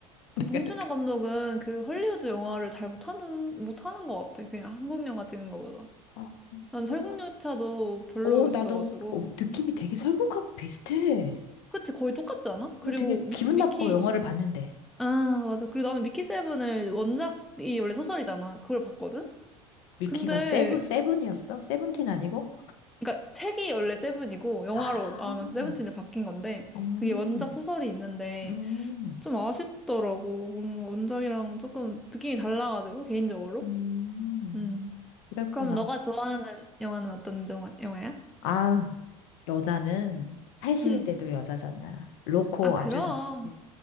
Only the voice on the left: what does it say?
<laughs> 내가
느꼈.
어,
그래서
어 나도 어, 느낌이 되게 설국하고 비슷해.
어, 되게
기분
나빠 영화를 봤는데.
위키가
세븐, 세븐이었어? 세븐틴 아니고?
아,
음,
음,
음.
그랬구나.
아, 여자는 80이
돼도 여자잖아. 로코
아주 좋지.